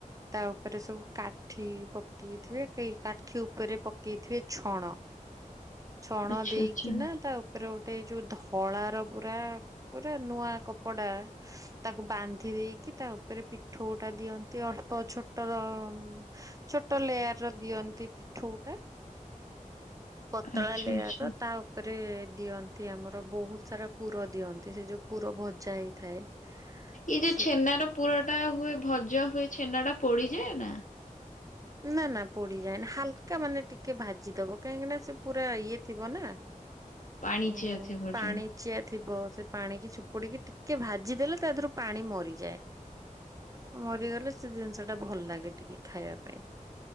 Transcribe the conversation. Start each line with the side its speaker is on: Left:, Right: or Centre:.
Right: ତା ଉପରେ ସବୁ କାଠି ପକେଇଥିବେ, ସେଇ କାଠି ଉପରେ ପକେଇଥିବେ ଛଣ ଛଣ
Left: ଆଚ୍ଛା
Right: ଦେଇକିନା
Left: ଆଚ୍ଛା
Right: ତା ଉ ଉପରେ ଗୋଟେ ଏଇ ଯୋଉ ଧଳା ର ପୁରା ପୁରା ନୂଆ କପଡା ତାକୁ ବାନ୍ଧି ଦେଇକି ତା ଉପରେ ପିଠୋଉ ଟା ଦିଅନ୍ତି ଅଳ୍ପ ଛୋଟର ଉଁ, ଛୋଟ ଲେୟାର୍ ର ଦିଅନ୍ତି ପିଠୋଉ ଟା। ତଳା
Left: ଆଚ୍ଛା
Right: ଲେୟାର୍
Left: ଆଚ୍ଛା
Right: ର ତା ଉପରେ ଦିଅନ୍ତି ଆମର ବହୁତ ସାରା ପୁର ଦିଅନ୍ତି, ସେ ଯୋଉ ପୁର ଭଜା ହେଇଥାଏ।
Left: ଏଇ ଯୋଉ
Right: ସେ
Left: ଛେନାର ପୁର ଟା ହୁଏ ଭଜା ହୁଏ ଛେନା ଟା ପୋଡିଯାଏ ନା?
Right: ନା ନା ପୋଡିଯାଏନା, ହାଲକା ମାନେ ଟିକେ ଭାଜିଦବ କାହିଁକି ନା ସେ ପୁରା ଇଏ ଥିବ ନା।
Left: ପାଣିଚିଆ
Right: ଓହୋ
Left: ଥିବ
Right: ପାଣି
Left: ଯୋ
Right: ଚିଆ ଥିବ, ସେ ପାଣିିକି ଚିପୁଡ଼ିକି ଟିକେ ଭାଜିଦେଲେ ତା ଦେହରୁ ପାଣି ମରିଯାଏ। ମରିଗଲେ ସେ ଜିନିଷ ଟା ଭଲ ଲାଗେ ଟିକେ ଖାଇବା ପାଇଁ।